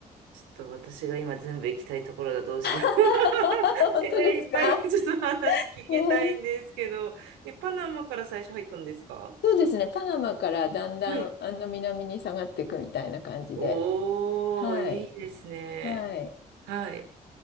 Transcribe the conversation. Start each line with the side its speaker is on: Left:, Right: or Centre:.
Right: ちょっと私が今全部行きたいところだ。どうしよう。
Left: <laughs>
Right: <laughs>
Left: 本当ですか
Right: えー、いっぱい <laughs> ちょっと話聞きたいんですけど、
Left: ねえ
Right: え、パナマから最初入ったんですか
Left: そうですね、パナマからだんだんあの南に下がっていくみたいな感じで。
Right: はい。おー、
Left: はい。
Right: いいですね。
Left: はい。
Right: はい。